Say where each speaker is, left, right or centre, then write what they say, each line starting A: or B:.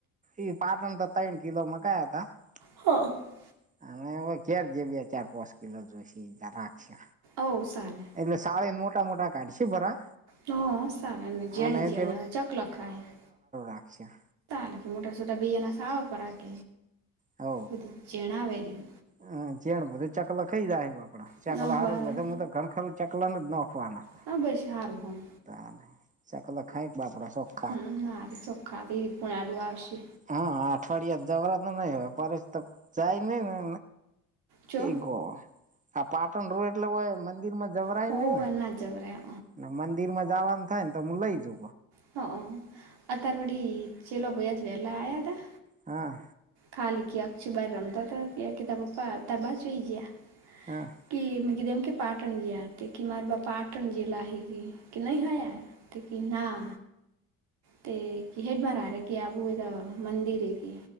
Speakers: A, on the right; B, on the right.
A: ઈ પાટણ તો તય્ન કિલો મંગાયા હતા
B: હ હ
A: <unintelligible> અાર જે બે ચાર પાંચ કિલો જોશે રાખશે
B: ઓ ચાલે
A: એટલે સાડ નટ મોટા મોટા કાઢી ભરા
B: હ સારને
A: અને
B: જેણી ણા ચકલખાય
A: અચ્છા
B: લે કે મોટા છટા બીજ ના સળ પર આખ
A: હ
B: પદ જણાવેરી
A: હા જણ બ ચકલ ખઈ જાય આપે ચકલા
B: નવ
A: સારું
B: બાર
A: તો ઘણખરું ચકલ જ નાખવાના
B: હા બસ હારું.
A: ત સા કલે ખાઈક બાપડા શક્
B: હમ હરે સોખા પણ આડું આવશે
A: હા અઠવાડિયા જબરા નહી હો પસ તો જાય નહી ને
B: જો
A: એ ગોય આ પાટણ રો એટલે હોય મંદિર માં જવરાય
B: હો
A: નને
B: ના જવરાય
A: ને મંદિર માં જવાનું થાય ને તો હું લઈ જઉ
B: હ અતાર વડી ચેલો ભાઈ જ વહેલા આવયા હતા.
A: હા
B: ખાલી ક આક્ષું બાર રમતા હતા કેતા પપા ત બા જોઈ ગયા
A: હા
B: કે મી દેમકે પાટણજી આ તે કે મારે બા પાટણજી લ હ કે કે નહી હા તોકી ના તે ક હડ માર આ ર કે આબું એ મંદિર એ કે